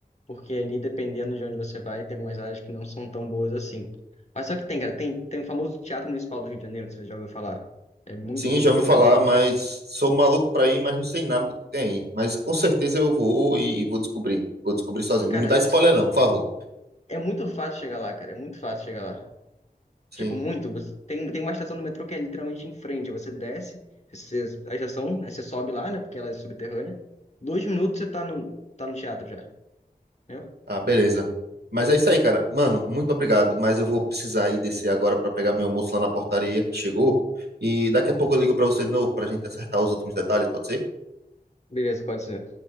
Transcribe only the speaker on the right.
Sim,
já ouvi falar,
mas sou maluco pra ir, mas não sei nada do que tem aí. Mas com certeza eu vou e vou descobrir. Vou descobrir sozinho.
Não me dá spoiler não, por favor.
Sim.
Ah, beleza. Mas é isso aí, cara. Mano, muito obrigado, mas eu vou precisar ir descer agora pra pegar meu almoço lá na portaria que chegou. E daqui a pouco eu ligo pra você de novo pra gente acertar os últimos detalhes, pode ser?